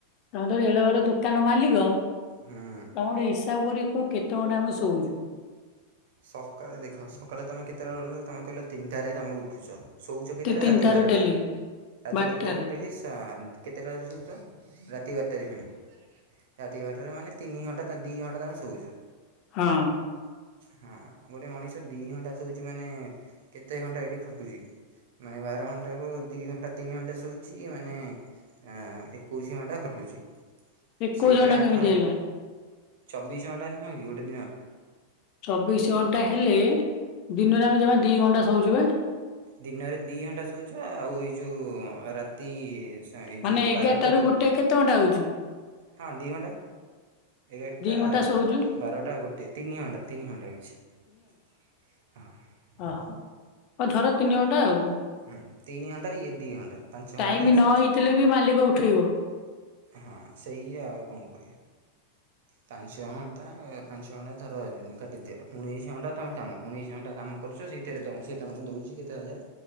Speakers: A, on the left; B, on the right.
A: ତୋମେ ତ ଗୋଟେ ଏଡେ ବଡ ଦୋକାନ ମାଲିକ ତୋମେ
B: ହୁଁ
A: ଗୋଟେ ଇସ୍ ହିସାବ କରି କୁହ କେତେ ଘଣ୍ଟା ଆମେ ଶୋଉଚୁ?
B: ସକାଳେ ଦେଖ ସକାଳେ ତୋମେ କେତେଟାଳେ ଉଠୁଚ, ତୋମେ କହିଲ ତିନିଟାରେ ତୋମେ ଉଠୁଚ ଶୋଉଚ କେତେଟା
A: ତିନିଟାରୁ
B: ରାତି ବାରେଟାରେ,
A: ଡେଲି
B: ରାତି
A: ବାରଟାରେ।
B: ତିନିଟାରୁ ଡେଲି ସାନ୍ତ କେତେଟାରେ ଶୋଉଚ ରାତି ବାରଟାରେ ଫେଣି ରାତି ବାରେଟାରେ ମାନେ ତିନି ଘଣ୍ଟା ତାନେ ଦି ଘଣ୍ଟା ତୁମେ ଶୁଉଚ।
A: ହଁ
B: ହଁ ଗୋଟେ ମଣିଷ ଦି ଘଣ୍ଟା ଶୁଉଚୁ ମାନେ କେତେ ଘଣ୍ଟା ଏଠି ଖଟୁଚି ମାନେ ବାର ଘଣ୍ଟାରୁ ଦି ଘଣ୍ଟା ତିନି ଘଣ୍ଟା ଶୋଉଛି ମାନେ ଏଁ, ଏକୋଇଶ ଘଣ୍ଟା ଖଟୁଛି।
A: ଏକୋଇଶ
B: ସେଇଥିରେ
A: ଘଣ୍ଟା
B: ଆଠ
A: କେମିତି ହେଲା?
B: ଚବିଶ ଘଣ୍ଟା ନୁହଁ କି ଗୋଟେ ଦିନ?
A: ଚବିଶ ଘଣ୍ଟା ହେଲେ ଦିନରେ ଆମେ ଜମା ଦି ଘଣ୍ଟା ଶୋଉଚି ବା।
B: ଦିନରେ ଦି ଘଣ୍ଟା ଶୋଉଚ ଆଉ ଏଇ ଯୋଉ ରାତି ଏଇ
A: ମାନେ
B: ଯୋଉ
A: ଏଗାରଟାରୁ
B: ବାରଟାରୁ
A: ଗୋଟେ କେତେ ଘଣ୍ଟା ହଉଚୁ?
B: ହଁ ଦି ଘଣ୍ଟା। ଏଗାରଟା
A: ଘଣ୍ଟା ଶୋଉଛୁ
B: ବାରଟା ଗୋଟେ ତିନି ଘଣ୍ଟା ତିନି ଘଣ୍ଟା ହଉଛି ତିନି ଘଣ୍ଟା ହଁ।
A: ଓହୋ ହଉ ଧର ତିନି ଘଣ୍ଟା ଆଉ।
B: ହୁଁ ତିନି ଘଣ୍ଟା ଇଏ ଦି ଘଣ୍ଟା ପାଞ୍ଚ
A: ଟାଇମ
B: ଘଣ୍ଟା ତୋମେ
A: ନ
B: ଶୋଉଛ,
A: ହେଇଥିଲେ ବି ମାଲିକ ଉଠେଇବ
B: ହଁ ସେଇଆ ଆଉ କଣ କରିବା। ପାଞ୍ଚ ଘଣ୍ଟା ଏ ପାଞ୍ଚ ଘଣ୍ଟା ଧର କାଟିଦିଅ ଉଣେଇଶ ଘଣ୍ଟା ତୋମେ କାମ ଉଣେଇଶ ଘଣ୍ଟା କାମ କରୁଚ। ସେଇଥିରେ ତୋମକୁ ସେ ତୋମକୁ ଦଉଚି କେତେ ହଜାର?